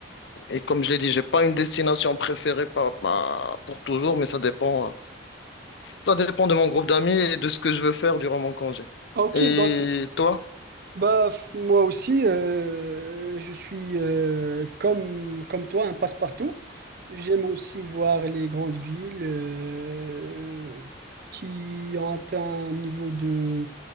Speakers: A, on the left (about 60°); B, on the right (about 50°).
A: Et comme je l'ai dit, j'ai pas une destination préférée par- par- pour toujours, mais ça dépend, euh, ça dépend de mon groupe d'amis et de ce que je veux faire durant mon congé.
B: Ah, ok,
A: Et
B: donc
A: toi?
B: bah f- moi aussi euh, je suis euh, comme comme toi un passe-partout. J'aime aussi voir les grandes villes euh, qui ont atteint un niveau de